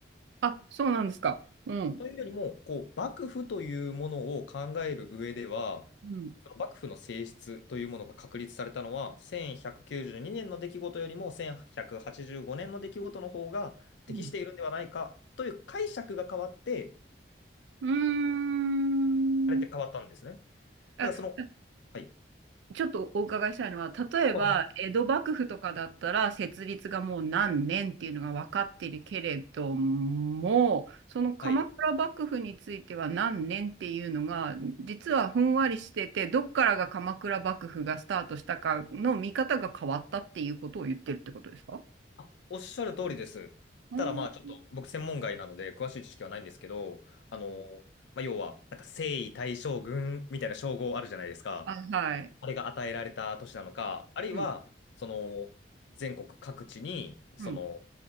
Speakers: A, on the right; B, on the left.
A: あ、そうなんですか。うん。
B: というよりも、こう、幕府というものを考える上では、
A: うん。
B: その幕府の性質というものが確立されたのは、1192年の出来事よりも1185年の出来事の方が適しているんではないかという解釈が変わって、
A: うん。
B: あれって変わったんですね。
A: うーん。
B: だ
A: あ、
B: からその、はい。
A: ちょっとお伺いしたいのは、例えば、
B: あ、
A: 江戸幕府とかだったら、設立がもう何年っていうのが分かっているけれども、その鎌倉幕府については何年っていうのが、
B: はい。
A: 実はふんわりしてて、どっからが鎌倉幕府がスタートしたかの見方が変わったっていうことを言ってるってことですか
B: あおっしゃる通りです。
A: うん。
B: ただまあちょっと僕専門外なので詳しい知識はないんですけど、あの、まあ、要はなんか征夷大将軍みたいな称号あるじゃないですか。
A: あ、はい。
B: あれが与えられた都市なのか、あるいはその全国各地にその
A: うん、うん、